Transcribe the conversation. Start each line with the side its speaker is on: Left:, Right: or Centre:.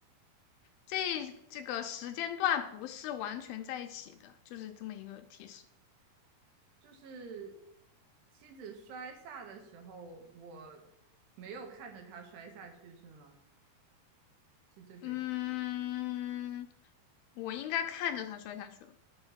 Left: 这这个时间段不是完全在一起的，就是这么一个提示。
Right: 就是妻子摔下的时候，我没有看着她摔下去，是吗？是这个意思？
Left: 嗯，我应该看着他摔下去了。